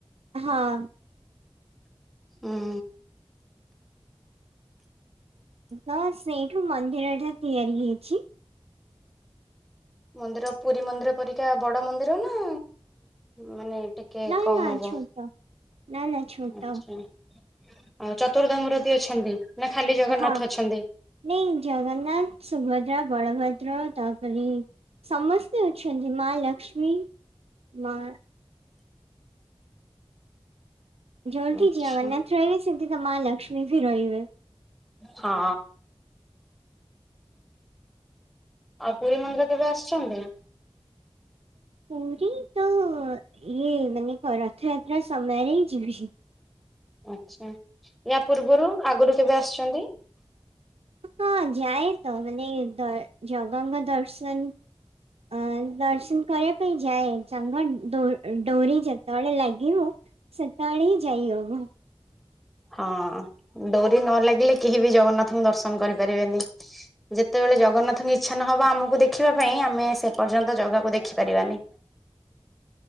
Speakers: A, on the right; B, in the centre.
A: ହଁ।
B: ହୁଁ
A: ତ ସେଇଠୁ ମନ୍ଦିର ଟା ତିଆରି ହେଇଚି।
B: ମନ୍ଦିର ପୁରୀ ମନ୍ଦିର ପରିକା ବଡ ମନ୍ଦିର ନାଁ। ମାନେ ଟିକେ
A: ନା
B: କମ୍
A: ନା
B: ହେବ
A: ଛୋଟ ନା ନା ଛୋଟ
B: ଆଚ୍ଛା। ଚତୁର୍ଦ୍ଦାମୁରତୀ ଅଛନ୍ତି ନାଁ ଖାଲି ଜଗନ୍ନାଥ
A: ହଁ
B: ଅଛନ୍ତି।
A: ନାଇଁ ଜଗନ୍ନାଥ ସୁଭଦ୍ରା ବଳଭଦ୍ର ତ ରି ସମସ୍ତେ ଅଛନ୍ତି ମା ଲକ୍ଷ୍ମିମି ମା ଜଲ୍ଦି
B: ଆଚ୍ଛା
A: ଯା ଆ ଅନ୍ନାଥ ରହି ସେଧି ତ ମା ଲଷ୍ମୀ ବି ରହିବେ।
B: ହଁ। ଆଉ ପୁରୀ ମନ୍ଦିର କେବେ ଆସିଛନ୍ତି?
A: ପୁରୀ ତ ଇଏ ମାନେ ରଥଯାତ୍ରା ସମୟରେ ହିଁ ଯିବି।
B: ଆଚ୍ଛା ୟା ପୂର୍ବରୁ ଆଗରୁ କେବେ ଆସିଛନ୍ତି?
A: ହଁ ଯାଏ ତ ମାନେ ଦ ଜଗନ୍ନାଥ ଦର୍ଶନ ଅ ଦର୍ଶନ କରିବା ପାଇଁ ଯାଏ ସାଙ୍ଗଡ ଡୋରି ଯେତେବେଳେ ଲାଗିବ। ସେତଳେ ହିଁ ଯାଇ ହବ।
B: ହଁ ଡୋରି ନ ଲାଗିଲେ କେହି ବି ଜଗନ୍ନାଥଙ୍କୁ ଦର୍ଶନ କରିପାରିବେନି। ଯେତେବେଳେ ଜଗନ୍ନାଥଙ୍କ ଇଚ୍ଛା ନ ହେବ ଆମକୁ ଦେଖିବା ପାଇଁ ଆମେ ସେ ପର୍ଯ୍ୟନ୍ତ ଜାଗାକୁ ଦେଖିପାରିବାନି।